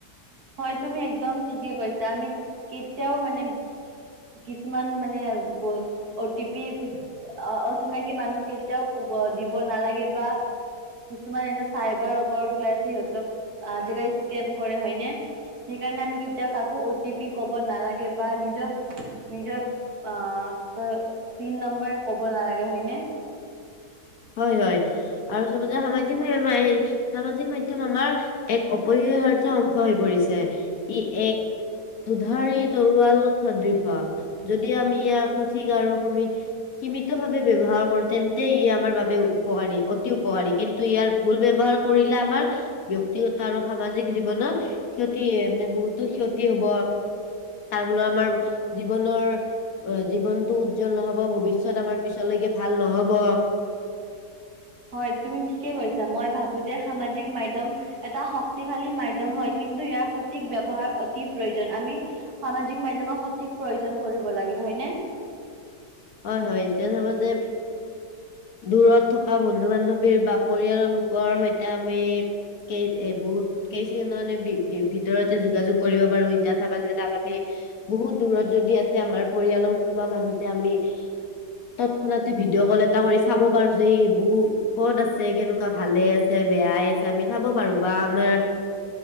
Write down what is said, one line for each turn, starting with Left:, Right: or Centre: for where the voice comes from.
Right: হয়, তুমি একদম ঠিকে কৈছা আমি কেতিয়াও মানে কিছুমান মানে অহঁ টিপি কি আহ আহ অচিনাকি মানুহক কেতিয়াও কব দিব নালাগে বা কিছুমান এতিয়া চাইবাৰৰ ওপৰত ওলাইছে সিহঁতক আজিকালি স্কেম কৰে হয়নে সেইকাৰণে আমি কেতিয়াও কাকো অ টি পি ক'ব নালাগে বা নিজৰ নিজৰ অ পিন নাম্বাৰ কব‌ নালাগে হয়নে ।
Left: হয় হয় আৰু চবতে সামাজিক মাধ্যম সামাজিক মাধ্যম আমাৰ এক অপৰিহাৰ্য অংশ হৈ পৰিছে ই এক দুধাৰি তৰোৱাল সদৃশ যদি আমি ইয়াক সঠিক আৰু সমী সীমিত ভাৱে ব্যৱহাৰ কৰো তেন্তে ই আমাৰ বাবে উপকাৰী অতি উপকাৰী কিন্তু ইয়াৰ ভুল ব্যৱহাৰ কৰিলে আমাৰ ব্যক্তিগত আৰু সামাজিক জীৱনত ক্ষতি মানে বহুতো ক্ষতি হব, তাৰ ফলত আমাৰ জীৱনৰ অ জীৱনতটো উজ্জ্বল নহব ভৱিষ্যত আমাৰ পিছলৈকে ভাল নহ'ব ব'হ
Right: হয় তুমি ঠিকে কৈছা মই ভাবো যে সামাজিক মাধ্যম এটা শক্তিশালী মাধ্যম হয় কিন্তু ইয়াৰ সঠিক ব্যৱহাৰ অতি প্ৰয়োজন আমি সামাজিক মাধ্যমক সঠিক প্ৰয়োজন কৰিব লাগে হয় নে?
Left: হয় হয় এতিয়া চাবা যে দূৰত থকা বন্ধু বান্ধৱীৰ বা পৰিয়ালৰ লোকৰ সৈতে আমি কেই এ বহুত কেইচানে ভিতৰতে যোগাযোগ কৰিব পাৰো এতিয়া চাবা যে তাত আমি বহুত দূৰত যদি আছে আমাৰ পৰিয়ালৰ কোনোবা মানুহতে আমি তৎক্ষণাতে ভিডিঅ' কল এটা কৰি চাব পাৰো যে ই বহু ক'ত আছে কেনেকুৱা ভালে আছে বেয়াই আছে আমি চাব পাৰো বা আমাৰ